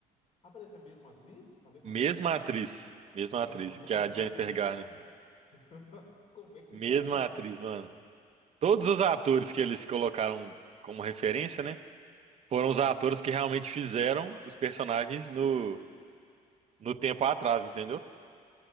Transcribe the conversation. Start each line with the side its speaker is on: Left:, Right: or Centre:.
Left: aparece a mesma atriz? A mesma
Right: Mesma
Left: atriz?
Right: atriz, mesma
Left: Mano,
Right: atriz,
Left: como
Right: que
Left: é que
Right: é
Left: os
Right: a
Left: caras
Right: Jennifer
Left: conseguem,
Right: Garner.
Left: velho? <laughs> Como é que
Right: Mesma
Left: os caras conseguem,
Right: atriz, mano.
Left: velho?
Right: Todos os atores que eles colocaram como referência, né? Foram
Left: Uhum.
Right: os atores que realmente fizeram os personagens no, no tempo atrás, entendeu?